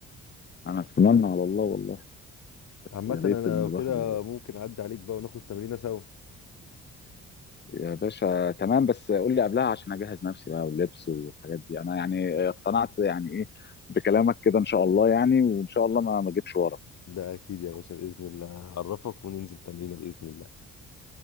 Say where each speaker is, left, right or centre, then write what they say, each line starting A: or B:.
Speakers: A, on the left; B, on the left.
A: انا اتمنى على الله والله
B: عامة
A: يا ريت
B: انا
A: ان
B: لو
A: الواحد
B: كده
A: ي-
B: ممكن اعدي عليك بقى وناخد تمرينة سوا
A: يا باشا تمام بس قول لي قبلها عشان اجهز نفسي بقى واللبس والحاجات دي انا يعني اقتنعت يعني ايه بكلامك كده ان شاء الله يعني وان شاء الله ما ما اجيبش ورا
B: ده اكيد يا باشا بإذن الله هعرفك وننزل تمرينة بإذن الله